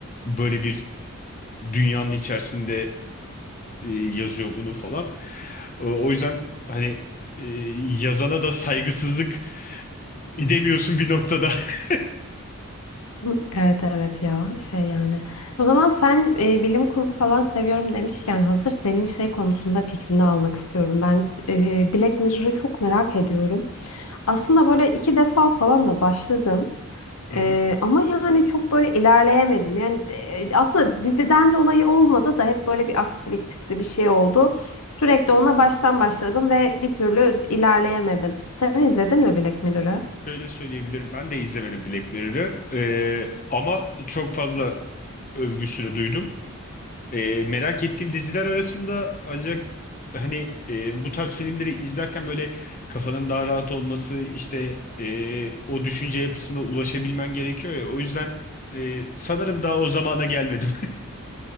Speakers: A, on the left (about 35°); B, on the left (about 85°).
A: böyle bir dünyanın içerisinde e, yazıyor bunu falan. E, o yüzden hani e, yazana da saygısızlık edemiyorsun bir noktada. <laughs>
B: Hı, Evet evet ya şey yani. O zaman sen e, bilim kurgu falan seviyorum demişken hazır senin şey konusunda fikrini almak istiyorum. Ben e, Black Mirror'ı çok merak ediyorum. Aslında böyle iki defa falan da başladım.
A: Hı hı.
B: Ee, ama yani çok böyle ilerleyemedim. Yani e, aslında diziden dolayı olmadı da hep böyle bir aksilik çıktı, bir şey oldu. Sürekli ona baştan başladım ve bir türlü ilerleyemedim. Sen izledin mi Black Mirror'ı?
A: Şöyle söyleyebilirim. Ben de izlemedim Black Mirror'ı. E, ama çok fazla övgüsünü duydum. E, merak ettiğim diziler arasında ancak hani e, bu tarz filmleri izlerken böyle kafanın daha rahat olması işte e, o düşünce yapısına ulaşabilmen gerekiyor ya o yüzden e, sanırım daha o zamana gelmedim.